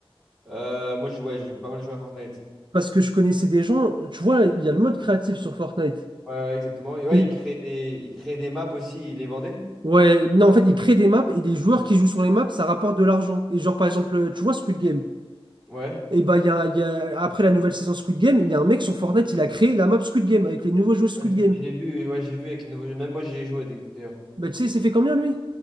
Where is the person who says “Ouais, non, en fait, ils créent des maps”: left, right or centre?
Right